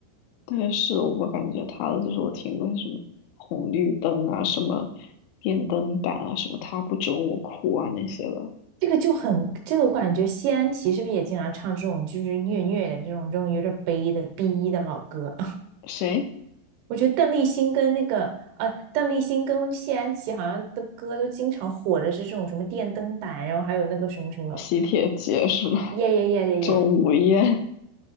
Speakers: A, on the left; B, on the right.
A: 但是我感觉她的，就是我听过什么红绿灯啊，什么电灯胆啊，什么他不准我哭啊那些的。
B: 这个就很，这个我感觉谢安琪是不是也经常唱这种就是虐虐的这种这种有点悲的 B 一的老歌？
A: 谁？
B: 我觉得邓丽欣跟那个呃，邓丽欣跟谢安琪好像的歌都经常火的是这种什么电灯胆，然后还有那个什么什么
A: 喜帖街是吗？
B: 耶耶耶耶耶，
A: <laughs> 钟无艳